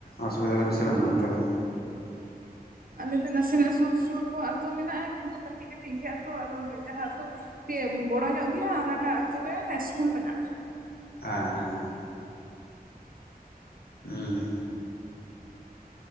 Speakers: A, on the left; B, on the right.
A: ᱚᱥᱩᱵᱤᱫᱟ ᱫᱚ ᱵᱤᱥᱤ ᱵᱟᱱᱩᱜ-ᱟ ᱱᱚᱛᱮ ᱫᱚ᱾
B: ᱟᱞᱮ ᱫᱚ ᱱᱟᱥᱮᱱᱟᱜ ᱥᱩᱨ ᱥᱩᱨ ᱠᱚ ᱟᱛᱩ ᱢᱮᱱᱟᱜ-ᱟ ᱠᱤᱱᱛᱩ ᱠᱟᱹᱴᱤᱡ ᱠᱟᱹᱴᱤᱡ ᱜᱮ ᱟᱛᱳ ᱟᱫᱚ ᱡᱟᱦᱟᱸ ᱟᱛᱩ <unintelligible> ᱵᱚᱲᱚ ᱧᱚᱜ ᱜᱮᱭᱟ ᱚᱱᱟ ᱴᱟᱜ ᱟᱛᱩ ᱨᱮ ᱤᱥᱠᱩᱞ ᱢᱮᱱᱟᱜ-ᱟ᱾
A: ᱟ ᱦᱮᱸ ᱦᱮᱸ᱾ ᱦᱩᱸ᱾